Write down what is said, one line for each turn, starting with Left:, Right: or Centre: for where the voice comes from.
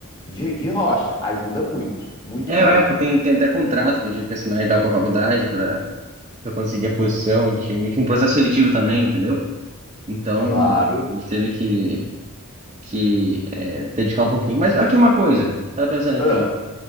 Left: de, de rocha ajuda muito, muito
Right: É,
Left: mesmo.
Right: é, pô, tem, tem até contrato que eu tive que assinar e tal com a faculdade pra, pra conseguir a posição de meio que é um processo seletivo também, entendeu? Então,
Left: Claro.
Right: a gente teve que, que é, dedicar um pouquinho. Mas aqui uma coisa, tava pensando aqui.
Left: Ah.